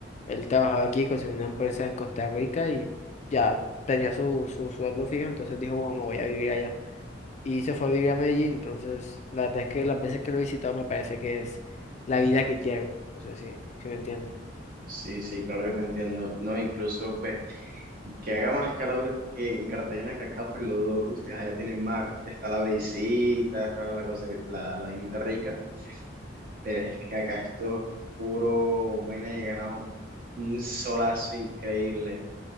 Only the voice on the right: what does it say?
Sí, sí, claro que te entiendo. No, incluso pues que haga más calor que en Cartagena que acá, pues lo dudo. Ustedes allá tienen mar, está la brisita, está la cosa, la, la vainita rica, pero es que acá esto es puro vaina de ganado, un solazo increíble.